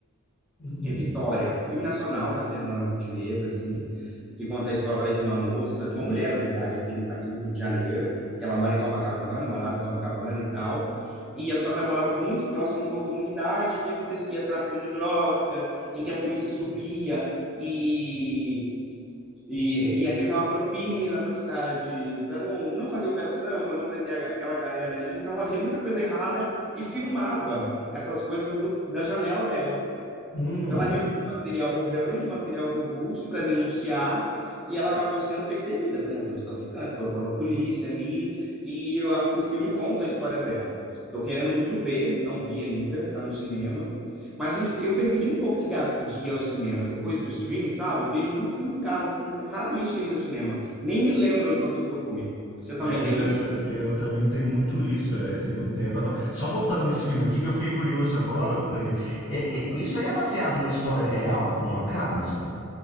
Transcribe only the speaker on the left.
Uhum.
Hum.
É,
eu também tenho muito isso, é, tem muito tempo. Agora, só voltando nesse filme aqui, que eu fiquei curioso agora, Levi. É,
é, isso aí é baseado numa história real, por um acaso?